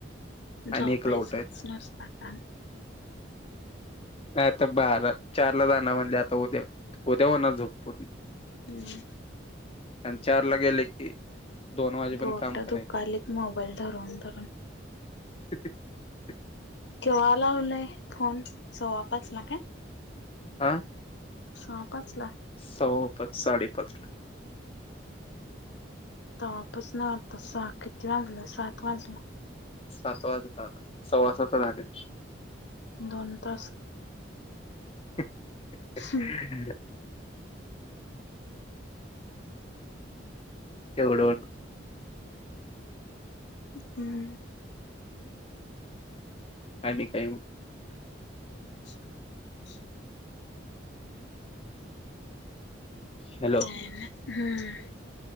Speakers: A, on the left; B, on the left.
A: झोपायचंच
B: आणि एक लॉट आहेत.
A: नुसता काम.
B: नाही आता बारा चारला जाणा म्हणजे आता उद्या उद्या होणार झोप पुर्ण.
A: हम्म.
B: आण चारला गेले की दोन वाजे पण
A: बोटं
B: काम करायच.
A: दुकायलेत मोबाईल धरुन-धरून.
B: <unintelligible>
A: केव्हा लावलाय फोन सव्वा पाच ला काय?
B: आं
A: सव्वा पाचला
B: सव्वा पाच साडे पाचला.
A: तवा पासनं आता सहा किती वाजलं सात वाजले.
B: सात वाजत आलं सव्वा सातं झाले.
A: दोन तास
B: <unintelligible>
A: हम्म ह
B: एवढंक
A: हम्म.
B: आणि काय मग?
A: <inaudible>
B: हॅलो
A: काय ना हम्म.